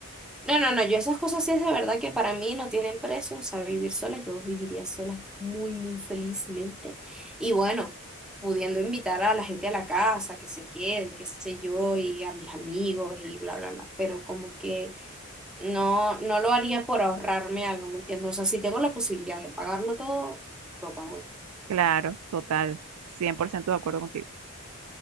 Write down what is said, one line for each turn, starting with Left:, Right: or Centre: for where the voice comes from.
Centre: No, no, no, yo esas cosas sí es de verdad que para mí no tienen precio, o sea, vivir sola, yo viviría sola muy, muy felizmente. Y bueno, pudiendo invitar a la gente a la casa, que se quede, qué sé yo, y a mis amigos y bla, bla, bla, pero como que No, no lo haría por ahorrarme algo, ¿me entiendes? O sea, si tengo la posibilidad de pagarlo todo, lo pago ya.
Right: Claro, total, 100% de acuerdo contigo.